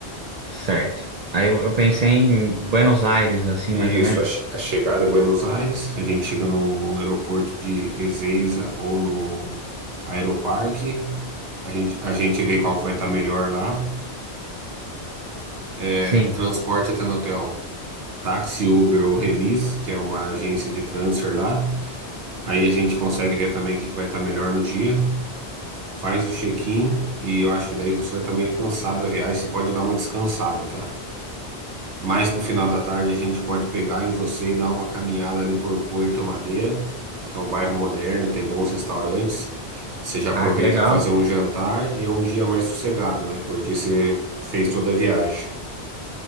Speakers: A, on the right (about 50°); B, on the right (about 85°).
A: certo. Aí eu, eu pensei em Buenos Aires, assim,
B: Isso,
A: mais ou menos.
B: a, che- a chegada é Buenos Aires, a gente chega no aeroporto de Ezeiza ou no Aeroparque, a gente, a gente vê qual que vai estar melhor lá. É,
A: Sim.
B: transporte até no hotel, táxi, Uber ou Remis, que é uma agência de transfer lá. Aí a gente consegue ver também o que que vai estar melhor no dia, faz o check-in e eu acho que daí você vai estar meio cansado da viagem, você pode dar uma descansada, tá? Mais pro final da tarde a gente pode pegar em você e dar uma caminhada ali por Puerto Madeira, que é um bairro moderno, tem bons restaurantes. Você já
A: Ah,
B: aproveita
A: que legal.
B: para fazer um jantar e é um dia mais sossegado, né? Porque você fez toda a viagem. O